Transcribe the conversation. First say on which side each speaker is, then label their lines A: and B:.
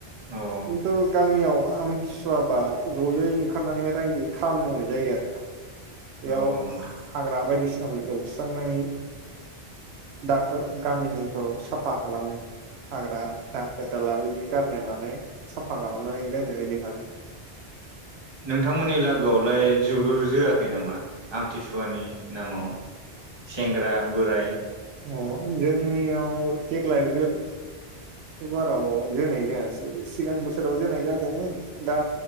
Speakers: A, on the right; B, on the right.
A: औ
B: खिथु गामियाव आम सुवाबा जयै ओंखारनानै रायजोै खामानि मावनाय जायो आरो। बेयाव
A: औ नोंथां
B: हाग्रा बायदिसिना जायगाखौ एवस्रांनानै दाखो गामिनिखौ साफा खालामो। हाग्रा दाखो दाला बिदि गारनाय मानाय। साफा खालामनानै दोनो ओइदिनखालि
A: नोंथांमोननि लागोआवलाय जोलुर जोआखै नामा आमथिसुवानि नामाव? सेंग्रा बोराय।
B: अ' जोंनियाव देग्लाय बे बे बाराव जोनाय जायासै सिगां बोसोराव जोनाय जादोंमोन दा